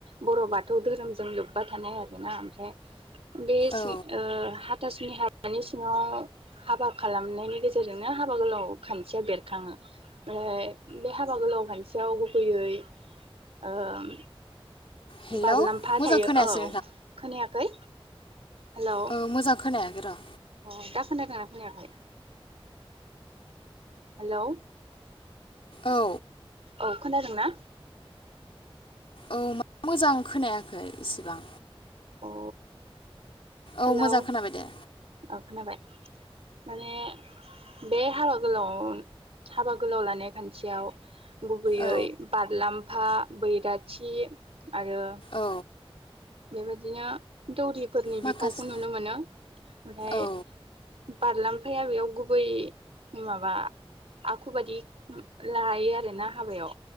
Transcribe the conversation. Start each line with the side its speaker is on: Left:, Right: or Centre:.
Right: बर' बा थौ दोहोरोमजों लोब्बा थानाय आरोना। बे बे सिं
Left: औ
Right: ओ हाथ हाथा सुनि हाबानि सि ङाव हाबा खालामनायनि गेजेरजोंनो हाबा गोलाव खान्थिया बेरखाङो ओमफ्राय बे हाबा गोलाव खान्थियाव गुबैयै ओम
Left: हेल'
Right: बारलाम्फा
Left: मोजां
Right: थायो।
Left: खोनायासै
Right: औ खोनायाखै? हेलौ
Left: ओ मोजां खोनायाखै द्रा।
Right: अ दा खोनादोंना खोनायाखै? हेलौ।
Left: औ।
Right: औ खोनादों ना?
Left: औ मा मोजां खोनायाखै इसिबां।
Right: अ
Left: औ
Right: हेलौ
Left: मोजां खोनाबाय दे।
Right: औ खोनाबाय। माने बे हाबा गोलाव हाबा गोलाव लानाय खान्थियाव गुबैयै
Left: औ
Right: बारलाम फा, बैराथि आरो
Left: औ
Right: बेबायदिनो दौरि फोरनि
Left: माखासे
Right: बिफावखौ नुनो मोनो। ओमफ्राय
Left: औ
Right: बारलाफाया बेयाव गुबै माबा आखु बादि उम लायो आरोना हाबायाव